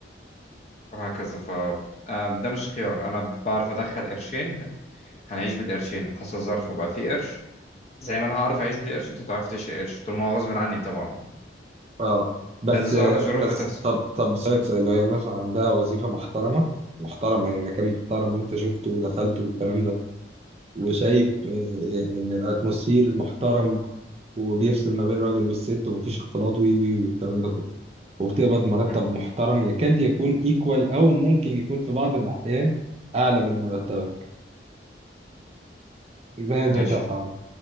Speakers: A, on the left; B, on the right.
A: وهكذا ف آه، ده مش خيار انا بعرف ادخل قرشين هنعيش بالقرشين حصل ظرف وبقى فيه قرش زي ما انا هعرف اعيش بالقرش انت هتعرف تعيش قرش طول ما هو غصب عني طبعا
B: اه بس
A: ده الظر- الظروف
B: بس
A: بتحصل
B: طب طب اسالك سؤال لو هي مثلا عندها وظيفه محترمه محترمه يعني مكان محترم وانت شفته ودخلته والكلام ده وشايف آه، آه، ان الاتموسفير محترم وبيفصل ما بين الراجل والست ومفيش اختلاط وي وي والكلام ده كله وبتقبض مرتب
A: مم.
B: محترم يكاد يكون ايكوال او ممكن يكون في بعض الاحيان اعلى من مرتبك ماذا
A: ماشي
B: تفعل؟